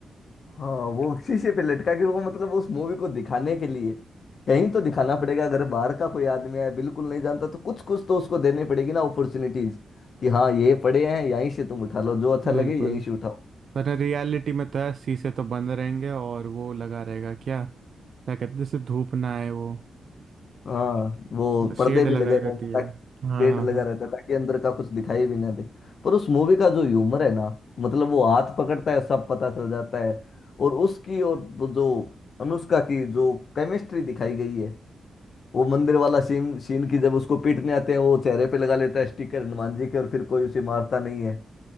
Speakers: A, on the left (about 60°); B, on the right (about 60°).
A: हाँ वो शीशे पे लटका के वो मतलब उस मूवी को दिखाने के लिए कहीं तो दिखाना पड़ेगा अगर बाहर का कोई आदमी है बिल्कुल नहीं जानता तो कुछ कुछ तो उसको देनी पड़ेगी ना अपॉर्चुनिटीज कि हाँ ये पड़े हैं यहीं से तुम उठा लो जो अच्छा
B: बिल्कुल
A: लगे यहीं से उठाओ
B: पर रियलिटी में तो यार शीशे तो बंद रहेंगे और वो लगा रहेगा क्या क्या कहते हैं जैसे धूप ना आए वो
A: हाँ वो
B: शेड
A: पर्दे भी
B: लगाई
A: लगे रहेंगे
B: रहती है
A: ताकि
B: हाँ
A: शेड
B: हाँ
A: लगा
B: हाँ
A: रहता है ताकि अंदर का कुछ दिखाई भी ना दे पर उस मूवी का जो ह्यूमर है ना मतलब वो हाथ पकड़ता है सब पता चल जाता है और उसकी और वो जो अनुष्का की जो केमिस्ट्री दिखाई गई है वो मंदिर वाला सीन सीन की जब उसको पीटने आते हैं वो चेहरे पे लगा लेता है स्टिकर हनुमान जी के और फिर कोई उसे मारता नहीं है